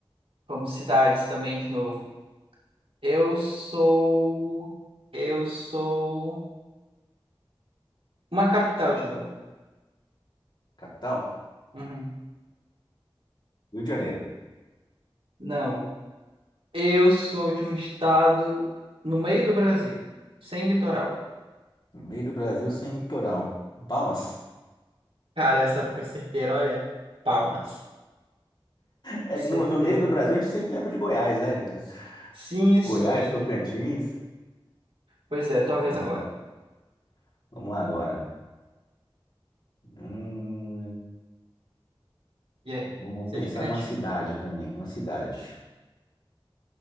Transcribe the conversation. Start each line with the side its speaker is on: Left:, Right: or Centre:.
Right: Vamos cidades também de novo. Eu sou. Eu sou. Uma capital de novo.
Left: Capital,
Right: Uhum.
Left: Rio de Janeiro.
Right: Não. Eu sou de um estado no meio do Brasil, sem litoral.
Left: No meio do Brasil, sem litorão. Palmas.
Right: Cara, essa foi certeira, olha. Palmas.
Left: É que
Right: Certeira.
Left: no, no meio do Brasil a gente sempre lembra de Goiás, né, cara?
Right: Sim,
Left: Goiás,
Right: sim.
Left: Tocantins.
Right: Pois é, tua vez
Left: Vamos
Right: agora.
Left: lá. Vamos lá agora. Hum,
Right: E aí?
Left: vamos
Right: Seja
Left: pensar
Right: criativo.
Left: numa cidade também, uma cidade.